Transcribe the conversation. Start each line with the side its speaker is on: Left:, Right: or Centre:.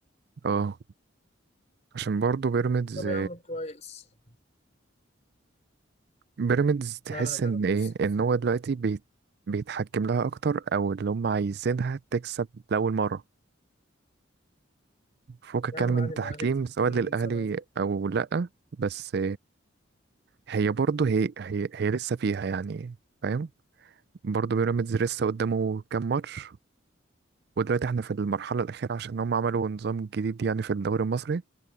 Right: اه عشان برضه بيراميدز
Left: طب يا عم كويس
Right: بيراميدز تحس
Left: مالها بيراميدز
Right: ان ايه ان هو دلوقتي بيت بيتحكم لها اكتر او اللي هم عايزينها تكسب لاول مره فوق كان
Left: يا عم
Right: من
Left: عادي
Right: تحكيم
Left: ما الأهلي بيتحكم
Right: سواء للاهلي
Left: له من زمان
Right: او لا بس هي برضه هي هي هي لسه فيها يعني فاهم برضه بيراميدز لسه قدامه كام ماتش ودلوقتي احنا في المرحله الاخيره عشان هم عملوا نظام جديد يعني في الدوري المصري